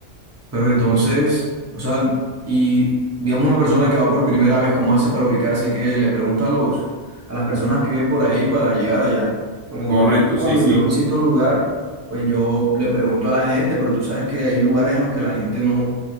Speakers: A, on the right; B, on the right.
A: Pero entonces, o sea, y digamos una persona que va por primera vez, ¿cómo hace para ubicarse? qué le pregunta a los, a las personas que viven por ahí para llegar allá. Porque
B: Correcto,
A: normalmente cuando
B: sí, sí.
A: yo visito un lugar, pues yo le pregunto a la gente, pero tú sabes que hay lugares en los que la gente no,